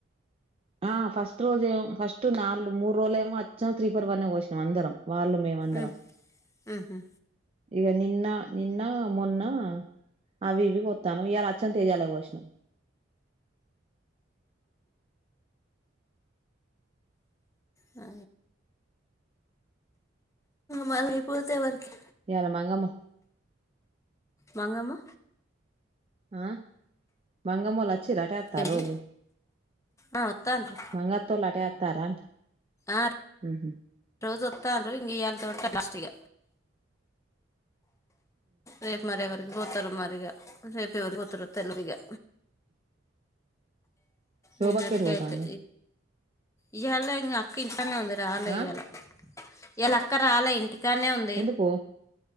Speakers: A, on the right; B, on the left.
A: ఆ ఫస్ట్ రోజ ఏమో ఫస్ట్ నాలుగు మూడు రోజులు ఏమో అచ్చం త్రీ ఫోర్ వన్ కోసినాం అందరం వాళ్ళు మేమందరం
B: ఉమ్, ఉహు.
A: ఇక నిన్న నిన్న మొన్న అవి ఇవి కొత్తాను ఇవాలా అచ్చం తేజాలే కోసినం
B: అ మళ అయిపోతే ఎవరికి
A: ఏల మాంగమ్మ
B: మంగమ్మ
A: ఆ మంగమ్మలు వచ్చిరటత
B: ఏంటి
A: రోజు
B: ఆ వత్తాండ్రు
A: మంగత్తులు అటే తారాంట
B: ఆ
A: ఉ
B: రోజు వత్తాండ్రు ఈయాల తోటి లాస్ట్ ఇగ రేపు మరెవరికి పోతారు మరిగా రేపు ఎవరికి పోతారో తెలవిగా
A: శోభక్క
B: నిన్నటికి
A: ఎటు పోతాంది
B: అతే ఇయ్యాల ఇంగ అక్క ఇంతనే ఉంది రాలే
A: ఆ
B: ఇయ్యాల ఎలాక్క రాలే ఇంటికి తనే ఉంది
A: ఎందుకు